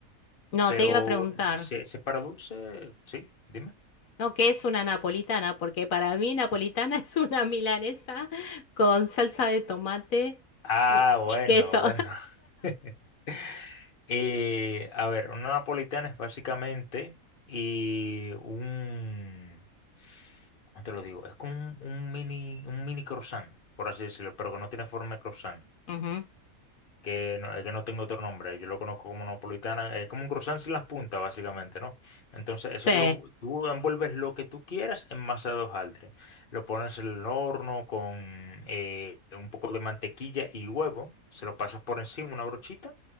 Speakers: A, on the left; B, on the left.
A: no,
B: pero,
A: te iba a preguntar,
B: ¿se, se para dulce? Sí, dime.
A: ¿no? ¿Qué es una napolitana? Porque para mí napolitana <laughs> es una milanesa con salsa de tomate
B: Ah,
A: y,
B: bueno,
A: y queso.
B: bueno. <laughs> Eh, a ver, una napolitana es básicamente y un, ¿cómo te lo digo? Es como un, un mini, un mini croissant, por así decirlo, pero que no tiene forma de croissant.
A: <laughs> Ujú.
B: que no, es que no tengo otro nombre, yo lo conozco como napolitana, es como un croissant sin las puntas, básicamente, ¿no? Entonces,
A: Sí,
B: eso tú, lo, tú envuelves lo que tú quieras en masa de hojaldre, lo pones en el horno con eh, un poco de mantequilla y huevo, se lo pasas por encima, una brochita,